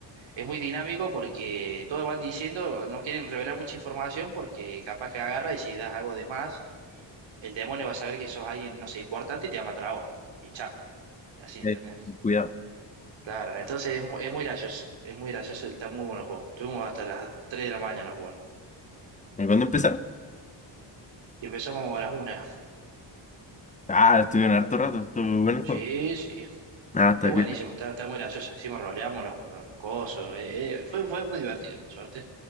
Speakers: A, on the right; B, on the left.
A: es muy dinámico porque todos van diciendo, no quieren revelar mucha información porque capaz que agarra y si das algo de más el demonio va a saber que sos alguien, no sé, importante y te va a matar a vos. Y chao. Y así, ¿entendés?
B: eh, cuidado.
A: Claro, entonces es, mu- es muy gracioso. Es muy gracioso, está muy bueno el juego. Estuvimos hasta las 3 de la mañana jugando.
B: ¿Y cuándo empezaron?
A: Y empezamos a las una
B: Ah, estuvieron harto rato, estuvo bueno el
A: Sí,
B: juego.
A: sí.
B: Ah, está
A: Es
B: bien.
A: buenísimo, está, está muy gracioso. Hicimos roleamos los, los, los cosos. eh, eh, Fue, fue muy divertido, por suerte.